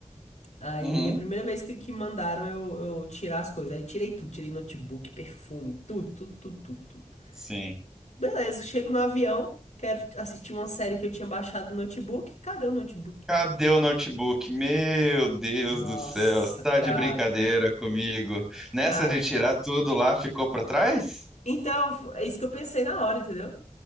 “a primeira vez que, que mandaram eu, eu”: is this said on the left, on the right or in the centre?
Left